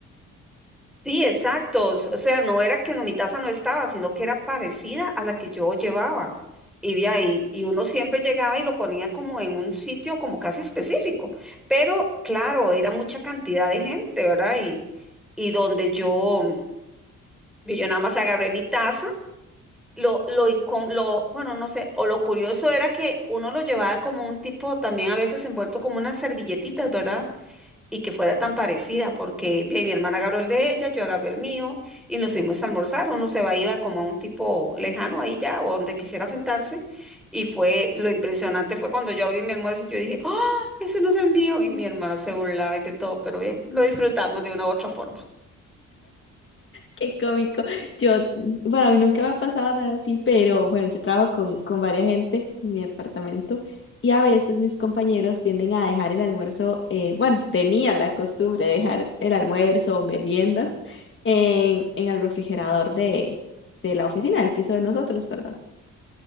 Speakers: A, in the centre; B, on the left.
A: Sí, exacto. O s- o sea, no era que no- mi taza no estaba, sino que era parecida a la que yo llevaba. Y, vi ahí, y uno siempre llegaba y lo ponía como en un sitio como casi específico. Pero claro, era mucha cantidad de gente, ¿verdad? Y, y donde yo, yo nada más agarré mi taza. Lo, lo, incó- lo, bueno, no sé, o lo curioso era que uno lo llevaba como un tipo, también a veces envuelto como unas servilletitas, ¿verdad? y que fuera tan parecida, porque ve, mi hermana agarró el de ella, yo agarré el mío y nos fuimos a almorzar. Uno se va iba como a un tipo lejano ahí ya, o donde quisiera sentarse. Y fue lo impresionante fue cuando yo abrí mi almuerzo y yo dije, ¡ah! ese no es el mío. Y mi hermana se burlaba y de todo, pero bien, lo disfrutamos de una u otra forma.
B: Qué cómico. Yo, bueno, a mí nunca me ha pasado nada así, pero bueno, yo trabajo con, con varias gente en mi departamento y a veces mis compañeros tienden a dejar el almuerzo, eh, bueno, tenían la costumbre de dejar el almuerzo o meriendas en, en el refrigerador de, de la oficina, del piso de nosotros, ¿verdad?